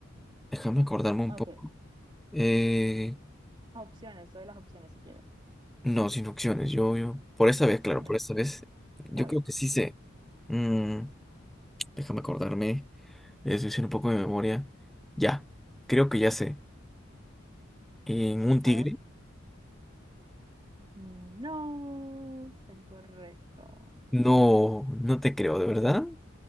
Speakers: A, in the centre; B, on the right.
A: déjame acordarme un
B: Ok,
A: poco. Eh,
B: opciones, doy las opciones si quieres.
A: No, sin opciones. Yo, yo, por esta vez,
B: Opciones,
A: claro, por esta vez, yo
B: está bien.
A: creo que sí sé. Mm, déjame acordarme, es decir, un poco de memoria. Ya, creo que ya sé. ¿En un tigre?
B: A ver. No, es incorrecto.
A: No, no te creo, ¿de verdad?